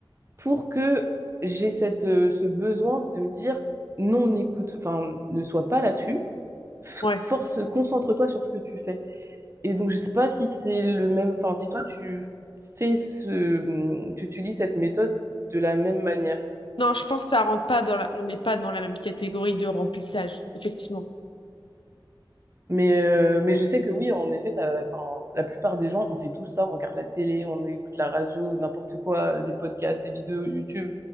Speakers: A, on the right; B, on the left.
A: pour que j'ai cette, euh, ce besoin de me dire non, n'écoute, enfin, ne sois pas là-dessus
B: ouais.
A: force, concentre-toi sur ce que tu fais. Et donc, je sais pas si c'est le même, enfin, si toi, tu fais ce, tu utilises cette méthode de la même manière.
B: Non, je pense que ça rentre pas dans la... On n'est pas dans la même catégorie de remplissage, effectivement.
A: Mais, euh, mais je sais que oui, en effet, t'as- enfin, la plupart des gens, on fait tout ça, on regarde la télé, on écoute la radio, n'importe quoi, euh, des podcasts, des vidéos YouTube,